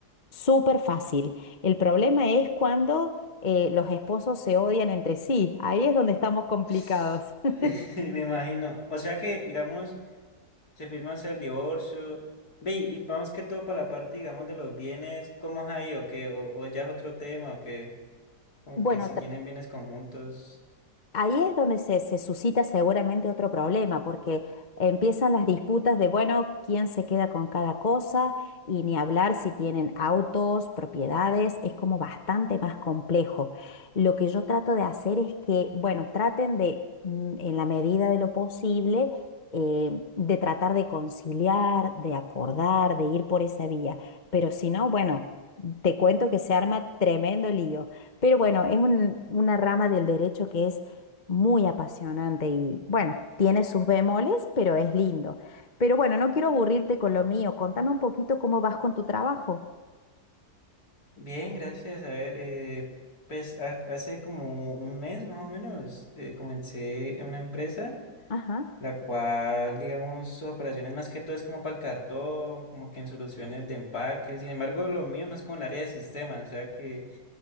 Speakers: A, on the left (about 30°); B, on the left (about 65°).
A: Súper fácil. El problema es cuando eh, los esposos se odian entre sí. Ahí es donde estamos complicados.
B: <laughs>
A: <laughs>
B: Me imagino. O sea que, digamos, se firma o sea, el divorcio. Ve, y vamos que todo para la parte, digamos, de los bienes, ¿cómo es ahí o qué? ¿O, o ya es otro tema o qué? Como
A: Bueno,
B: que si tienen bienes conjuntos.
A: Ahí es donde se, se suscita seguramente otro problema, porque empiezan las disputas de, bueno, quién se queda con cada cosa y ni hablar si tienen autos, propiedades, es como bastante más complejo. Lo que yo trato de hacer es que, bueno, traten de, mm, en la medida de lo posible, eh, de tratar de conciliar, de acordar, de ir por esa vía, pero si no, bueno, te cuento que se arma tremendo lío. Pero bueno, es un- una rama del derecho que es muy apasionante y bueno, tiene sus bemoles, pero es lindo. Pero bueno, no quiero aburrirte con lo mío. Contame un poquito cómo vas con tu trabajo.
B: Bien, gracias. A ver, eh, pues ha- hace como un mes más o menos eh, comencé en una empresa,
A: Ajá.
B: la cual, digamos, sus operaciones más que todo es como para el cartón, como que en soluciones de empaque. Sin embargo, lo mío más como el área de sistemas, o sea que